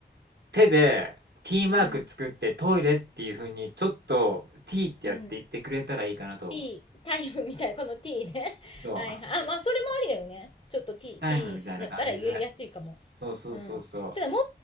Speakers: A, on the right; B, on the left.
A: 手で T マーク作ってトイレっていう風に、
B: うん。
A: ちょっと T ってやって言ってくれたらいいかなと思う。
B: うん。T、タイムみたいな、この T ね。<laughs>
A: そう、
B: はいはい。あ、まあ、それもありだよね。ちょっと T、
A: タイムみたいな感じで。
B: T だったら言いやすいかも。
A: そうそうそうそ
B: うん。ただ問